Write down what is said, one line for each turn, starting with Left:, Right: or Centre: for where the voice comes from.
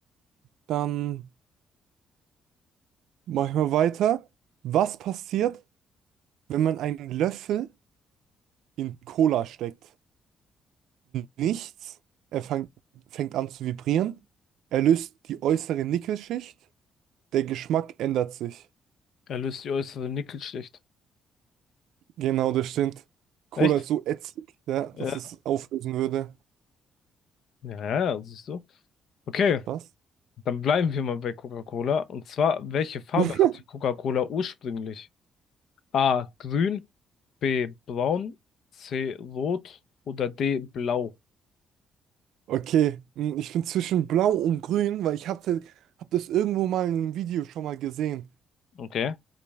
Right: dann mache ich mal weiter. Was passiert, wenn man einen Löffel in Cola steckt? nichts. Er fang, fängt an zu vibrieren. Er löst die äußere Nickelschicht. Der Geschmack ändert sich.
Left: Er löst die äußere Nickelschicht.
Right: Genau, das stimmt. Cola
Left: Echt?
Right: ist so ätzend, ja,
Left: Ja.
Right: dass es auflösen würde.
Left: Ja, ja, siehst du. Okay,
Right: Krass.
Left: dann bleiben wir mal bei Coca-Cola. Und zwar, welche Farbe
Right: <laughs>
Left: hatte Coca-Cola ursprünglich? A. Grün, B. Braun, C. Rot oder D. Blau.
Right: Okay, hm, ich bin zwischen Blau und Grün, weil ich habe hab das irgendwo mal in einem Video schon mal gesehen.
Left: Okay.